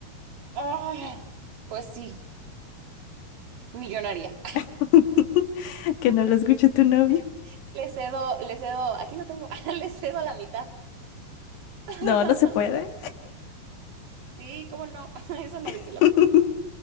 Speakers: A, on the right; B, on the left.
A: Ay, pues sí, millonaria.
B: <laughs> Que no lo escuche tu novio.
A: <laughs> Le cedo, le cedo, aquí lo tengo, <laughs> le cedo la mitad. <laughs>
B: No, no se puede.
A: Sí, cómo no, <laughs> eso no
B: <laughs>
A: dice la